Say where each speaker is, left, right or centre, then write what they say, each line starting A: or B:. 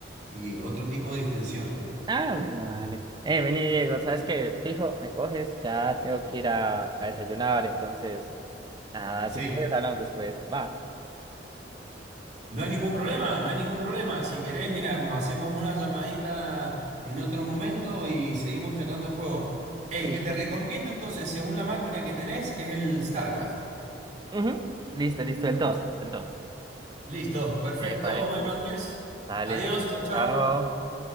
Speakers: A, on the right; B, on the right.
A: y otro tipo de distensión.
B: Ah, bueno, dale. Eh, vení, Diego, ¿sabes qué? Fijo, me coges, ya tengo que ir a, a desayunar, entonces, nada,
A: Sí.
B: si quieres hablamos después. Va.
A: No hay ningún problema, no hay ningún problema. Si querés, mira, nos hacemos una llamadita en otro momento y seguimos charlando el juego. El
B: Listo.
A: que te recomiendo entonces, según la máquina que tenés, es el StarCraft.
B: Ujú. Listo, listo, el 2 el 2.
A: Listo, perfecto.
B: Epa, epa,
A: Bueno,
B: listo.
A: Andrés,
B: Dale.
A: adiós, chau, chau.
B: Chao.